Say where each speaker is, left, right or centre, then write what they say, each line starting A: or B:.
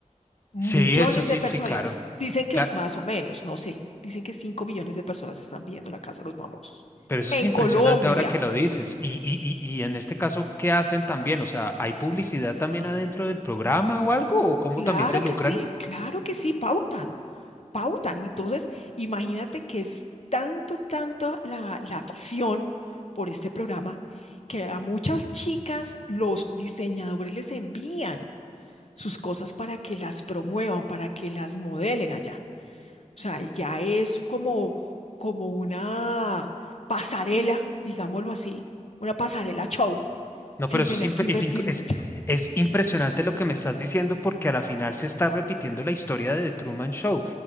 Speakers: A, on the left; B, on the left.
A: Millones
B: Sí, eso sí,
A: de personas,
B: sí, claro.
A: dicen que
B: Cla-
A: más o menos, no sé, dicen que cinco millones de personas están viendo La Casa de los Famosos.
B: Pero eso
A: En
B: es impresionante
A: Colombia.
B: ahora que lo dices. Y, y, y, y en este caso, ¿qué hacen también? O sea, ¿hay publicidad también adentro del programa o algo? ¿O cómo
A: Claro
B: también se lucran?
A: que sí, claro que sí, pautan. pautan. Entonces, imagínate que es tanto, tanto la, la visión por este programa que a muchas chicas los diseñadores les envían sus cosas para que las promuevan, para que las modelen allá. O sea, ya es como, como una pasarela, digámoslo así, una pasarela show,
B: No,
A: sin
B: pero eso
A: tener
B: es, impre-
A: que invertir
B: es, inc- es,
A: mucho.
B: es impresionante lo que me estás diciendo porque a la final se está repitiendo la historia de The Truman Show.